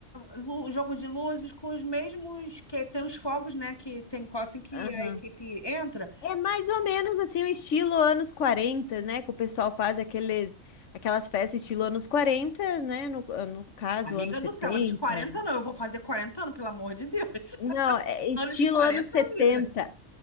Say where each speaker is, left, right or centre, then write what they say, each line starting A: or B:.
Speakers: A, on the left; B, on the left.
A: lu- jogo de luzes, com os mesmos que tem os fogos, né? Que tem assim que
B: Aham.
A: a equipe entra.
B: É mais ou menos assim, um estilo anos 40, né? Que o pessoal faz aqueles, aquelas festas estilo anos 40, né? No, no caso,
A: Amiga
B: anos setenta.
A: do céu, anos 40 não, eu vou fazer 40 anos, pelo amor de Deus.
B: Não,
A: <laughs>
B: é estilo
A: Anos 40,
B: anos 70.
A: amiga.